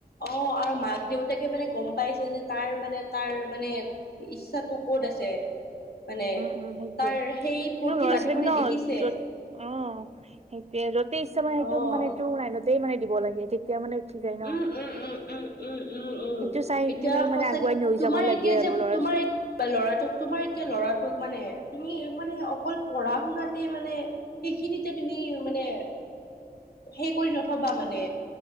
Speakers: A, on the left (about 75°); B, on the right (about 40°).
A: অ আৰু মাক দেউতাকে মানে গম পাইছে যে তাৰ মানে তাৰ মানে ইচ্ছাটো ক'ত আছে মানে
B: উ সেইটোয়ে
A: তাৰ
B: এ
A: সেই প্ৰতিভাটো
B: ল'ৰা ছোৱালীক
A: মানে
B: ন
A: দেখিছে
B: যত অ সেইটয়ে যতেই ইচ্ছা ম সেইটো
A: অ'।
B: মানে তোৰ লাইনতেই মানে দিব লাগে তেতিয়া মানে উঠি যায় ন
A: উম উম উম উম উম উম উম
B: সেইটো চাই
A: এতিয়া
B: পেলাই
A: সঁচাকে
B: মানে আগুৱাই লৈ
A: তোমাৰ
B: যাব লাগে
A: এতিয়া
B: আৰু
A: যে
B: ল'ৰা
A: তোমাৰ
B: ছোৱালী
A: বা ল'ৰাটোক তোমাৰ এতিয়া ল'ৰাটোক মানে তুমি মানে অকল পঢ়া শুনাতে মানে সেইখিনিতে তুমি মানে সেই কৰি নথবা মানে